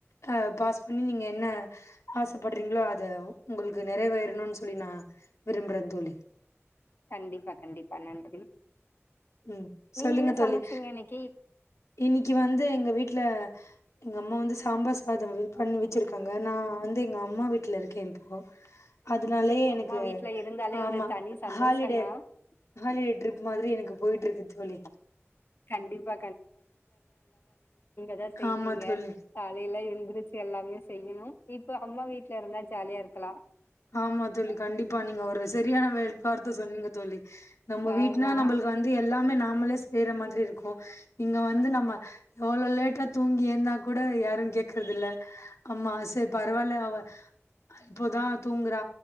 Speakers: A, on the left; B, on the left.
A: ஆஹ் பாஸ் பண்ணி நீங்க என்ன ஆசைபடுறீங்களோ அத உங்களுக்கு நிறைவேறனு சொல்லி நா விரும்புறே தோழி
B: கண்டிபா கண்டிபா நன்றி
A: ம்
B: நீங்க
A: சொல்லுங்க
B: என்ன
A: தோழி
B: சமைச்சீங்க இன்னைக்கி
A: இன்னக்கி வந்து எங்க வீட்ல எங்க அம்மா வந்து சாம்பார் சாதம் பண்ணி வச்சிருக்காங்க நா வந்து எங்க அம்மா வீட்ல இருக்கேன் இப்போ அதுனாலே
B: எங்க
A: எனக்கு
B: அம்மா வீட்ல இருந்தாலே
A: ஆமா
B: ஒரு தனி சந்தோஷந்தா
A: ஹாலிடே ஹாலிடே ட்ரிப் மாரி எனக்குப் இருக்கு தோழி
B: கண்டிப்பா தோ செய்வீங்க
A: ஆமா தோழி.
B: காலைல எல்லா எந்திரிச்சு எல்லாமே செய்யணும் இப்ப அம்மா வீட்ல இருந்தா ஜாலியா இருக்கலா
A: ஆமா தோழி கண்டிப்பா நீங்க ஒரு சரியான வார்த சொன்னீங்க தோழி நம்ம வீட்டுனா
B: ஆமா.
A: நம்மளுக்கு வந்து எல்லாமே ந நாமளே செய்யற மாரி இருக்கும் இங்க வந்து நம்ம எவ்வளவு லேட்டா தூங்கி ஏந்த கூட யாரும் கேக்குறதில்ல ஆமா ச பரவலா அவ அ இப்பதான் தூங்குறா